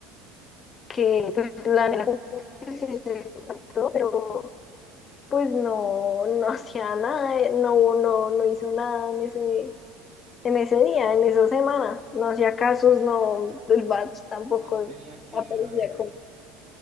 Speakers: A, on the left; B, on the right.
A: que pues, la nena como que sí se contactó, pero pues no, no <laughs> hacía nada, eh, no, no, no hizo nada en ese, en ese día, en esa semana. No hacía casos, no, el
B: claro,
A: batch tampoco
B: o sea, no tenía actividades
A: aparecía
B: <laughs> ahí,